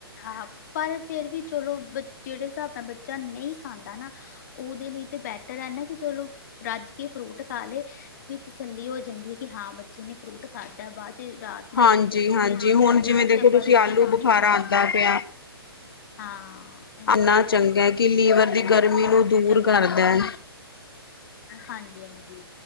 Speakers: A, on the left; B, on the left.
A: ਆ ਪਰ ਫੇਰ। ਫੇਰ ਵੀ ਚਲੋ ਬੱਚ। ਜਿਹੜੇ ਹਿਸਾਬ ਨਾਲ ਬੱਚਾ ਨਹੀਂ ਖਾਂਦਾ ਨਾ ਓਹਦੇ ਲਈ ਤਾਂ ਬੈਟਰ ਐ ਨਾ ਕਿ ਚਲੋ। ਰੱਜ ਕੇ ਫਰੂਟ ਖਾ ਲੇ ਵੀ ਤਸੱਲੀ ਹੋ ਜਾਂਦੀ ਏ ਕਿ ਹਾਂ ਬੱਚੇ ਨੇ ਫਰੂਟ। ਖਾਧਾ ਬਾਦ ਚ ਰਾਤ ਨੂੰ
B: ਹਾਂਜੀ
A: ਜਾਂ ਜਦੋਂ
B: ਹਾਂਜੀ
A: ਵੀ
B: ਹੁਣ ਜਿਵੇਂ
A: ਓਦੋਂ
B: ਦੇਖੋ
A: ਤੇ ਆਪਾਂ
B: ਤੁਸੀਂ
A: ਰੋਟੀ
B: ਆਲੂ
A: ਖਾਣੀ
B: ਬੁਖਾਰਾ
A: ਖਾਣੀ
B: ਆਉਂਦਾ
A: ਏ।
B: ਪਿਆ
A: ਹਾਂ। ਅਹੀ
B: ਇੰਨਾ
A: ਤੇ ਆਪ,
B: ਚੰਗਾ ਹੈ ਕਿ ਲੀਵਰ ਦੀ ਗਰਮੀ ਨੂੰ ਦੂਰ
A: ਚੰਗੈ।
B: ਕਰਦਾ ਹੈ
A: ਹਾਂਜੀ ਹਾਂਜੀ,